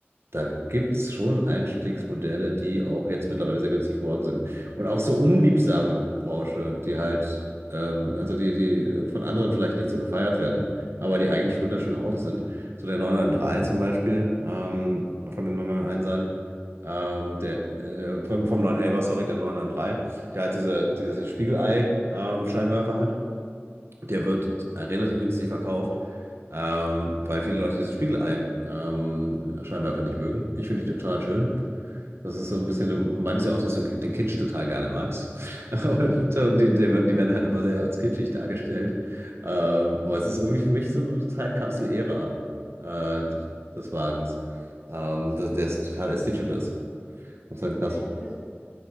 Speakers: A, on the right; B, on the right.
A: da gibt es schon Einstiegsmodelle, die auch jetzt mittlerweile sehr günstig geworden sind. Und auch so unliebsame Porsche, die halt, ähm, also die, die von anderen vielleicht nicht so gefeiert werden, aber die eigentlich wunderschöne Autos sind. So der 993 zum Beispiel, ähm, von den 991 sein. Ähm, der, äh, vom, vom 911er, sorry, der 993, der halt diese, dieses Spiegelei-Scheinwerfer hat. Der wird äh, relativ günstig verkauft, ähm, weil viele Leute dieses Spiegelei-Scheinwerfer nicht mögen. Ich finde die total schön. Das ist so ein bisschen, du meinst ja auch, dass du den Kitsch total gerne magst. <laughs> Und, und die, die, werden- die werden halt immer sehr als kitschig dargestellt. Ähm, aber es ist irgendwie für mich so eine Zeitkapsel-Ära äh, des Wagens, ähm, dass der total ästhetisch ist. Und sein klassisch.
B: Ja, also dieses